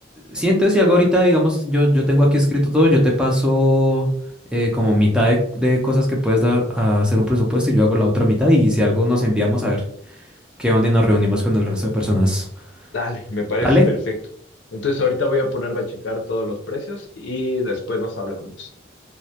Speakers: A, in the centre; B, on the left.
A: Sí, entonces si algo ahorita, digamos, yo, yo tengo aquí escrito todo, yo te paso eh, como mitad de, de cosas que puedes dar a hacer un presupuesto y yo hago la otra mitad y si algo nos enviamos a ver qué onda y nos reunimos con el resto de personas.
B: Dale, me parece
A: ¿Vale?
B: perfecto. Entonces ahorita voy a ponerme a checar todos los precios y después nos hablamos.